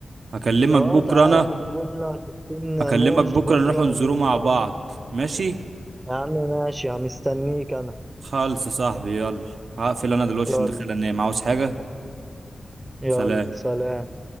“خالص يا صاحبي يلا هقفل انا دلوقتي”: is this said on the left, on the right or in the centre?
Right